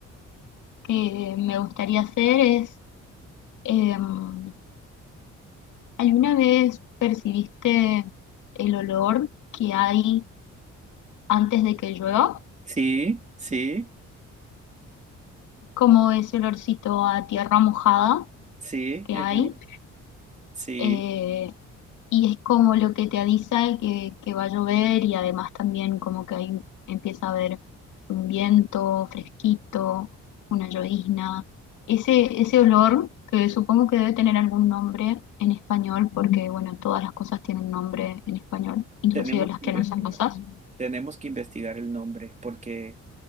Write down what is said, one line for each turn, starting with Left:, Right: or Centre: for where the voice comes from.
Left: que me gustaría hacer es... em, ¿Alguna vez percibiste el olor que hay antes de que llueva?
Right: sí, sí,
Left: Como ese olorcito a tierra mojada
Right: sí,
Left: que
Right: el-
Left: hay.
Right: sí,
Left: eh, y es como lo que te avisa que, que va a llover y además también como que ahí empieza a haber un viento fresquito, una llovizna. Ese, ese olor que supongo que debe tener algún nombre en español porque bueno, todas las cosas tienen nombre en español, inclusive
Right: tenemos
Left: las
Right: que
Left: que
Right: investigarlo.
Left: no son cosas.
Right: Tenemos que investigar el nombre porque